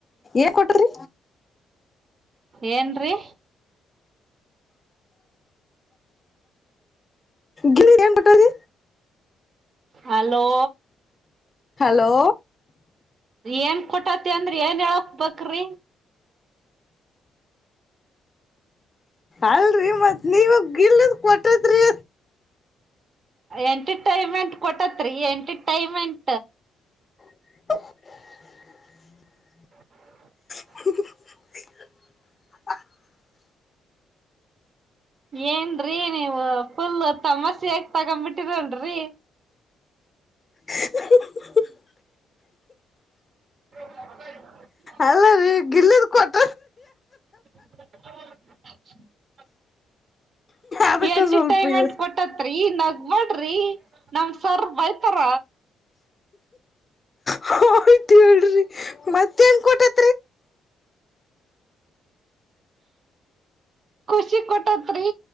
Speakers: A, on the left; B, on the right.
A: ಏನ್ ಕೊಟ್ಟರಿ?
B: ಏನ್ರಿ?
A: ಗಿಲ್ಲಿಗ್ ಏನ್ ಕೊಟ್ಟಾರಿ?
B: ಹಲೋ.
A: ಹಲೋ.
B: ಏನ್ ಕೊಟ್ಟತಿ ಅಂದ್ರ ಏನ್ ಹೇಳಕ್ ಬಕ್ರಿ?
A: ಅಲ್ರಿ ಮತ್ ನೀವ ಗಿಲ್ಲದ ಕೊಟ್ಟದ್ರಿ
B: ಎಂಟರ್ಟೈನ್ಮೆಂಟ್ ಕೊಟ್ಟತ್ರಿ ಎಂಟರ್ಟೈನ್ಮೆಂಟ್.
A: <unintelligible>
B: <inaudible>
A: <unintelligible>
B: ಏನ್ರೀ ನೀವ ಫುಲ್ ತಮಾಷೆಯಾಗ್ ತಗಂಡ್ ಬಿಟ್ಟಿರಲ್ರಿ.
A: <unintelligible>
B: <unintelligible>
A: ಅಲ್ಲ ರೀ ಗಿಲ್ಲಿದ ಕೊಟ
B: <unintelligible>
A: ಅದಕ್ಕ
B: ಎಂಟರ್ಟೈನ್ಮೆಂಟ್
A: ಸ್ವಲ್ಪ ಇ
B: ಕೊಟ್ಟ ರಿ ನಗ್ಬಡ್ರಿ ನಮ ಸರ್ ಬೈತಾರ.
A: ಹ ಆಯ್ತ್ ಹೇಳ್ರಿ ಮತ್ತ ಏನ್ ಕೊಟ್ಟೈತ್?
B: ಖುಷಿ ಕೊಟ್ಟತ್ರಿ.